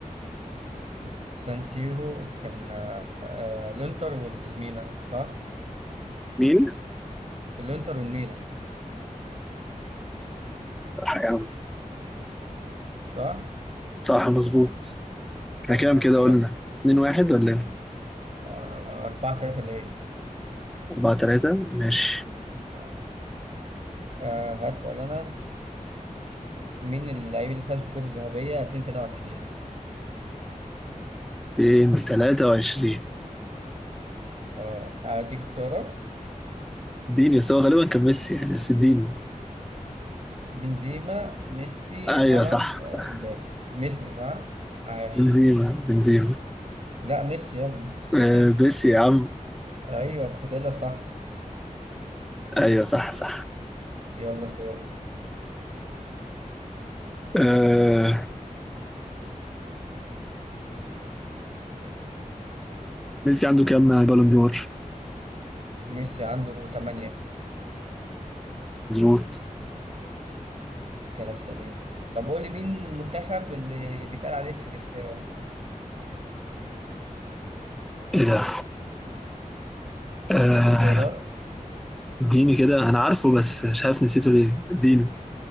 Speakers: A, on the right; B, in the centre.
A: السان سيرو كان آه، آه، الإنتر والميلان صح
B: مين؟
A: الإنتر والميلان
B: صح يا عم
A: صح
B: صح مظبوط احنا
A: تمام
B: كام كده
A: يلا
B: قلنا 2 1 ولا ايه
A: آه، أربعة ثلاثة ليه
B: 4 3 ماشي
A: آه، آه، هسأل أنا مين اللاعب اللي فاز بالكرة الذهبية 2023
B: 223
A: آه، أديك اختيارات
B: اديني بس هو غالبا كان ميسي يعني بس اديني
A: بنزيما ميسي
B: ايوه
A: هالاند
B: صح
A: آه،
B: صح
A: امبابي ميسي صح؟ عاش
B: بنزيما بنزيما
A: لا ميسي يا ابني
B: آه
A: <laughs>
B: ميسي يا عم
A: ايوه تاخدها صح
B: ايوه صح صح
A: يلا دورك
B: آه ميسي عنده كام بالون دور
A: ميسي عنده 8
B: مظبوط
A: كلام سليم طب قول لي مين المنتخب اللي بيتقال عليه السيليساو
B: ايه ده آه
A: اديك اختيارات
B: اديني كده انا عارفه بس مش عارف نسيته ليه اديني